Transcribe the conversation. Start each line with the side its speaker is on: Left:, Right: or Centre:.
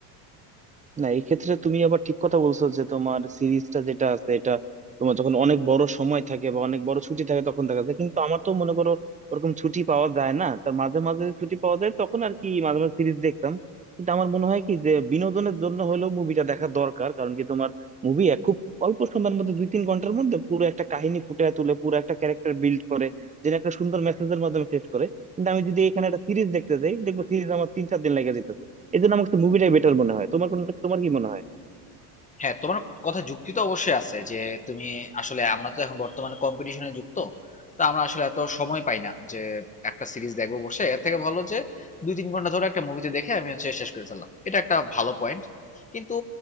Right: না এই ক্ষেত্রে তুমি আবার ঠিক কথা বলছো যে তোমার সিরিজটা যেটা আছে এটা তোমার যখন অনেক বড় সময় থাকে বা অনেক বড় ছুটি থাকে তখন দেখা যায় কিন্তু আমার তো মনে করো ওরকম ছুটি পাওয়া যায় না তার মাঝে মাঝে ছুটি পাওয়া যায় তখন আর কি মাঝে মাঝে সিরিজ দেখতাম কিন্তু আমার মনে হয় কি যে বিনোদনের জন্য হলেও মুভিটা দেখা দরকার কারণ কি তোমার মুভি খুব অল্প সময়ের মধ্যে দুই তিন ঘন্টার মধ্যে পুরো একটা কাহিনী ফুটিয়ে তুলে পুরো একটা ক্যারেক্টার বিল্ড করে যেটা একটা সুন্দর মেসেজের মাধ্যমে শেষ করে কিন্তু আমি যদি এখানে একটা সিরিজ দেখতে যাই দেখবো সিরিজ আমার তিন চার দিন লেগে যেত এই জন্য আমার কাছে মুভিটাই বেটার মনে হয় তোমার কোন তোমার কি মনে হয়
Left: হ্যাঁ তোমার কথা যুক্তি তো অবশ্যই আছে যে তুমি আসলে আমরা তো এখন বর্তমানে কম্পিটিশনে যুক্ত তো আমরা আসলে এত সময় পাই না যে একটা সিরিজ দেখবো বসে এর থেকে ভালো যে দুই তিন ঘন্টা ধরে একটা মুভিতে দেখে আমি হচ্ছে শেষ করে ফেললাম এটা একটা ভালো পয়েন্ট কিন্তু